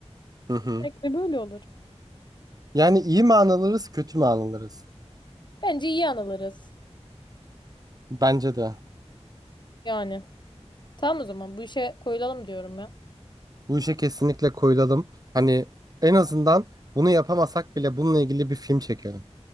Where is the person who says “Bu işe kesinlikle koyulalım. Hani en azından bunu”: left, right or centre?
Right